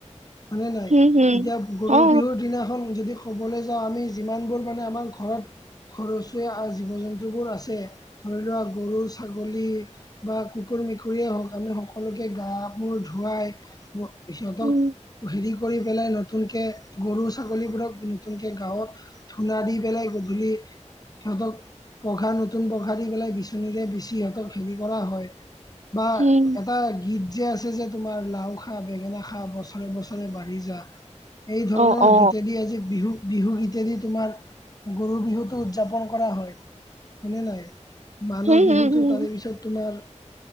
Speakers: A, on the left; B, on the right.
A: হয় নে নাই
B: হুম হুম
A: এতিয়া গৰু
B: অ
A: বিহুৰ দিনাখন যদি ক'বলৈ যাওঁ আমি যিমানবোৰ মানে আমাৰ ঘৰত ঘৰচিয়া আৰু জীৱ জন্তুবোৰ আছে ধৰি লোৱা গৰু, ছাগলী বা কুকুৰ মেকুৰীয়ে হওঁক আমি সকলোকে গা মূৰ ধুৱাই সিহঁতক
B: উম
A: হেৰি কৰি পেলাই নতুনকে গৰু ছাগলীবোৰক নতুনকে গাঁওত ধূনা দি পেলাই গধূলি সিহঁতক পঘা নতুন পঘা দি পেলাই বিচনীৰে বিচি সিহঁতক হেৰি কৰা হয়। বা
B: হুম
A: এটা গীত গীত যে আছে যে তোমাৰ লাওঁ খা বেঙেনা খা বছৰে বছৰে বাঢ়ি যা। এই ধৰণৰ
B: অ অ
A: গীতেদি আজি বিহু বিহু গীতেদি তোমাৰ গৰু বিহুটো উদযাপন কৰা হয়, হয় নে নাই? মানুহ
B: হুম
A: বিহুতো
B: হুম হুম
A: তাৰে পিছত তোমাৰ